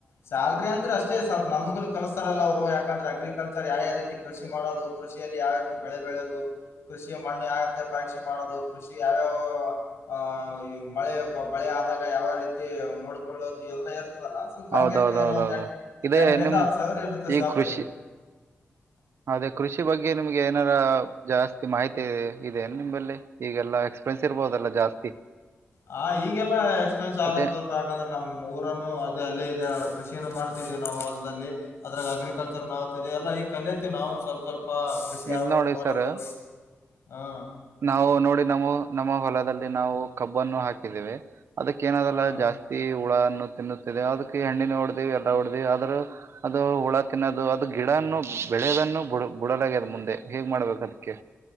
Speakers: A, on the left; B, on the right.
A: ಸ್ಯಾಲ್ರಿ ಅಂದ್ರೆ ಅಷ್ಟೇ ಸ್ವಲ್ಪ ನಮಗೂ ಕಿಸಸ್ತಾರಲ್ಲ ಅವರು ಯಾಕಂದ್ರೆ ಅಗ್ರಿಕಲ್ಚರ್ ಯಾವ್ಯಾವ ರೀತಿ ಕೃಷಿ ಮಾಡೋದು ಕೃಷಿಯಲ್ಲಿ ಯಾವೀತಿ ಬೆಳೆ ಬೆಳೆದು ಕೃಷಿಯ ಮಣ್ಣು ಯಾವತ್ತ ಪರೀಕ್ಷೆ ಮಾಡೋದು ಕೃಷಿ ಯಾವ್ಯಾವ ಆ ಮಳೆ ಬಳೆ ಆದಾಗ ಯಾವ ರೀತಿ ನೋಡ್ಕೊಳ್ಳೋದು ಇಲ್ಲ ಸ್ವಲ್ಪ ಕಮ್ಮಿ
B: ಹೌದೌದೌದೌದು
A: ಇರ್ತ ಏನೋ ಒಂದ್ ಎಂ
B: ಇದೇ
A: ಎಂಟರಿಂದ
B: ನಿಮ್
A: ಹತ್ತು ಸಾವಿರ ಇಡುತ್ತೆ
B: ಈ
A: ಸಲ್ರಿ
B: ಕೃಷಿ ಅದೇ ಕೃಷಿ ಬಗ್ಗೆ ನಿಮ್ಗೆ ಏನಾರ ಜಾಸ್ತಿ ಮಾಹಿತಿ ಇದೆನೆ ನಿಂಬಲ್ಲಿ ಎಕ್ಸ್ಪೆನ್ಸ್ ಇರ್ಬೋದಲ್ಲ ಜಾಸ್ತಿ
A: ಹ ಈಗೆಲ್ಲಾ ಎಕ್ಸ್ಪೆನ್ಸ್ ಆಗ್ತ್ತಪ್ಪ
B: ಅದೇ
A: ಯಾಕಂದ್ರೆ ನಮ್ ಊರನು ಅದೇ ಅಲ್ಲೇ ಇದೆ ಕೃಷಿಿನನು ಮಾಡ್ತಿದ್ದೇವಿ ನಾವು ಹೊಲ್ದಲ್ಲಿ ಅದ್ರಾಗ ಅಗ್ರಿಕಲ್ಚರ್ನು ಆಗ್ತದೆ ಎಲ್ಲ ಈ ಕಲತೀವಿ ನಾವು ಸ್ವಲ್ಪ ಸ್ವಲ್ಪ ಕೃಷಿ ಯಾವ
B: ಇಲ್
A: ರೀತಿ
B: ನೋಡಿ
A: ಮಾಡೋದು
B: ಸರ್
A: ಹಾ
B: ನಾವು ನೋಡಿ ನಮ್ಮ ನಮ್ಮ ಹೊಲದಲ್ಲಿ ನಾವು ಕಬ್ಬನ್ನು ಹಾಕಿದ್ದೇವೆ ಅದಕ್ಕ ಏನಾದಲ್ಲ
A: ಹಾ
B: ಜಾಸ್ತಿ ಹುಳನ್ನು ತಿನ್ನುತ್ತಿದೆ ಅದಕ್ಕೆ ಹೆಣ್ಣಿನ ಹೊಡ್ದವಿ ಎಲ್ಲ ಹೊಡ್ದವಿ ಆದ್ರೂ ಅದು ಹುಳ ತಿನ್ನದು ಅದು ಗಿಡನು ಬೆಳೆದನ್ನು ಬಿ ಬಿಡಲಾಗಿ ಅದ ಮುಂದೆ ಹೇಗ್ ಮಾಡ್ಬೇಕು ಅದ್ಕ್ಕೆ